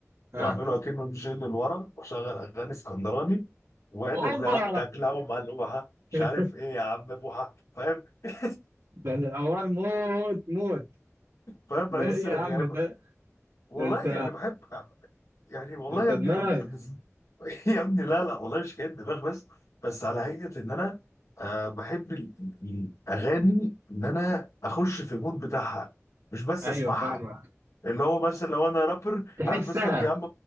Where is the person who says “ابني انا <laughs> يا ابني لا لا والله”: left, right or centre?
Left